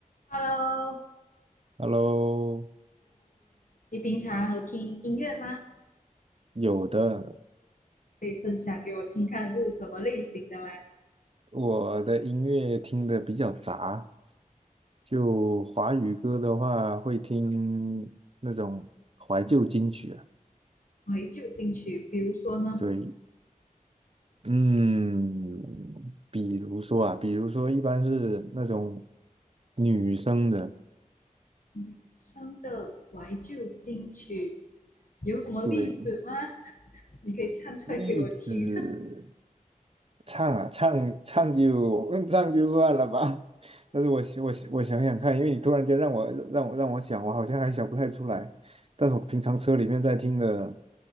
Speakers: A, on the left (about 65°); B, on the right (about 45°).
A: Hello，Hello，Hello，
B: Hello，
A: 你平常有听音乐吗？
B: 有的，
A: 可以分享给我听看是什么类型的吗？
B: 我的音乐听的比较杂，就华语歌的话会听那种怀旧金曲啊，
A: 怀旧金曲，比如说呢，
B: 对，嗯，比如说啊，比如说一般是那种女生的，
A: 女生的怀旧金曲有什么例子吗？
B: 对，
A: 你可以唱出来给我听，
B: 栗子唱啊，唱唱就嗯唱就算了吧。<laughs> 但是我想我想我想想看，因为你突然间让我让我让我想，我好像还想不太出来。但是我平常车里面在听的